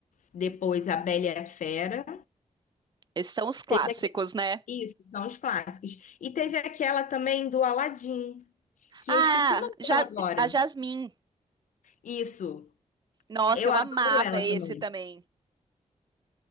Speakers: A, on the left; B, on the right.
A: depois a Bela e a Fera.
B: Esses são os clássicos,
A: Teve aque-
B: né?
A: Isso, são os clássicos. E teve aquela também do Aladdin, que
B: Ah,
A: eu esqueci o nome
B: ja
A: dela agora.
B: a Jasmine.
A: Isso,
B: Nossa,
A: eu
B: eu
A: adoro
B: amava
A: ela
B: esse
A: também.
B: também.